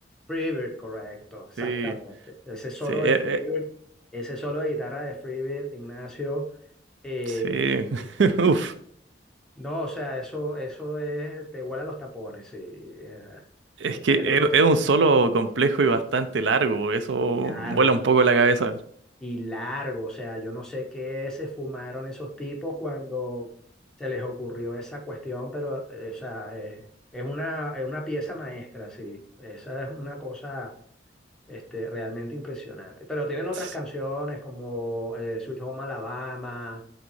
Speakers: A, in the centre; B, on the right.
A: Freebird, correcto, exactamente.
B: Sí,
A: Ese solo
B: sí, eh,
A: de Freebird, ese solo de guitarra de Freebird, Ignacio. eh,
B: eh,
A: eh,
B: sí. <laughs> Uf.
A: No, o sea, eso, eso es, te vuela los tapones, sí. eh,
B: Es
A: te
B: que
A: cierras
B: es,
A: los
B: es
A: ojos
B: un solo complejo y bastante largo, eso
A: y largo,
B: vuela un poco la cabeza.
A: y largo. O sea, yo no sé qué se fumaron esos tipos cuando se les ocurrió esa cuestión, pero, eh, o sea, eh, es una, es una pieza maestra, sí. Esa es una cosa, este, realmente impresionante. Pero tienen otras
B: S-
A: canciones como eh, Sweet Home Alabama,